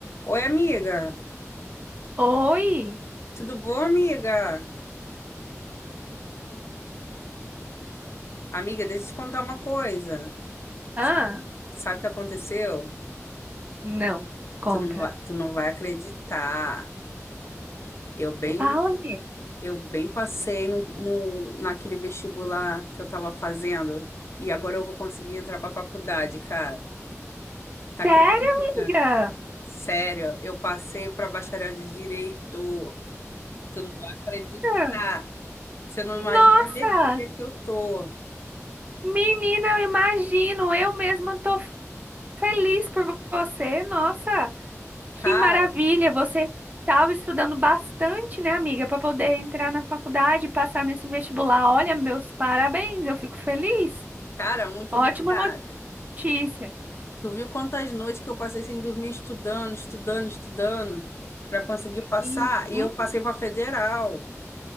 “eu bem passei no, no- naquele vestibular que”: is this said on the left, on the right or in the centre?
Left